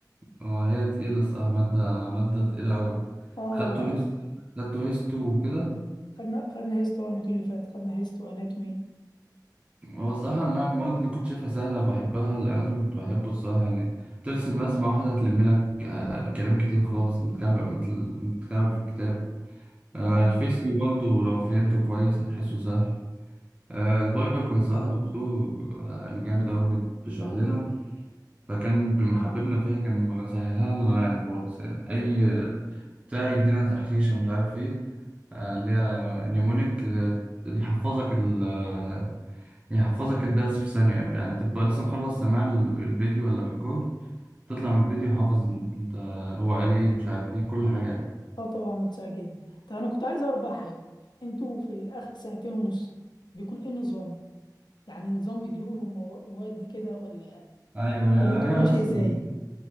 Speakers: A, on the right; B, on the left.
A: هو هي تقيلة الصراحة مادة مادة تقيلة أوي
B: اه
A: خدته
B: وخدنا
A: هيست خدته هيستو وكده
B: خدنا خدنا هيستو المديول اللي فات خدنا هيستو اناتومي
A: هو الصراحة أنا المواد اللي كنت شايفها سهلة وبحبها الأناتومي كنت بحبه الصراحة يعني ترسم رسمة واحدة هتلم لك آه، كلام كتير خالص متكعب متل- متكعب في الكتاب آه،
B: اه
A: الفيسيو برضه لو فهمته كويس هتحسه سهل آه، البايو كان صراحة دكتور آه، يعني جامد أوي بت- بيشرح لنا فكان بمحببنا فيها كان مسهلها لنا يعني خالص يعني أي بتاع يدينا تحشيشة مش عارف إيه آه، اللي هي نيومونيك آه، يحفظك ال آه، يحفظك الدرس في ثانية يعني تبقى لسه مخلص سماع ال- الفيديو ولا الريكورد تطلع من الفيديو حافظ انت هو قال ايه مش عارف ايه كل حاجة يعني.
B: اه طبعا متسع جدا طب انا كنت عايز اعرف بقى حاجه انتوا في الاخر سنتين ونص بيكون ايه النظام يعني نظام مديول ومواد كده ولا
A: ايوه هي
B: ولا بتبقى
A: هي
B: ماشيه
A: نفس
B: ازاي
A: النظام